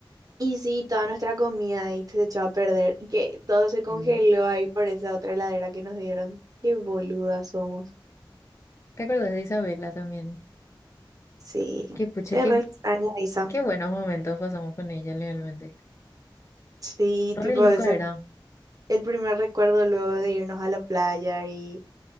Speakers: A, on the right (about 45°); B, on the left (about 35°).
A: Y sí, toda nuestra comida ahí se echó a perder y que todo se congeló
B: Sí.
A: ahí por esa otra heladera que nos dieron. Qué boludas somos.
B: ¿Te acuerdas de Isabela también?
A: Sí,
B: Que pucha,
A: le
B: qué,
A: re extraño a Isa.
B: qué buenos momentos pasamos con ella, realmente.
A: Sí,
B: Re
A: tipo
B: loca
A: ese,
B: era.
A: el primer recuerdo luego de irnos a la playa y